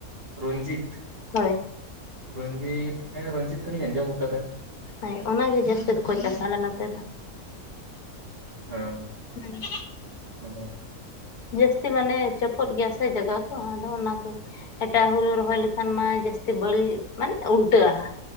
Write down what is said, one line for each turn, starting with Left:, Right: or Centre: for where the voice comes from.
Right: ᱨᱚᱧᱡᱤᱛ
Left: ᱦᱳᱭ
Right: ᱨᱚᱧᱡᱤᱛ ᱦᱮᱸ ᱨᱚᱧᱡᱤᱛ ᱫᱚᱞᱤᱧ ᱟᱸᱡᱚᱢ ᱠᱟᱫᱟ
Left: ᱦᱳᱭ ᱚᱱᱟᱜᱮ ᱡᱟᱹᱥᱛᱤ ᱫᱚᱠᱚ ᱪᱟᱥᱟ ᱟᱞᱮ ᱱᱚᱛᱮ ᱫᱚ
Right: <unintelligible>
Left: ᱦᱮᱸ
Right: <unintelligible>
Left: ᱡᱟᱹᱥᱛᱤ ᱢᱟᱱᱮ ᱪᱚᱯᱚᱫ ᱜᱮᱭᱟ ᱥᱮ ᱡᱟᱭᱜᱟ ᱠᱚ ᱟᱫᱚ ᱚᱱᱟ ᱠᱚ ᱮᱴᱟᱜ ᱦᱩᱲᱩ ᱨᱚᱦᱚᱭ ᱞᱮᱠᱷᱟᱱ ᱢᱟ ᱡᱟᱹᱥᱛᱤ ᱵᱟᱹᱲᱤᱡ ᱢᱟᱱᱮ ᱩᱞᱴᱟᱹᱜᱼᱟ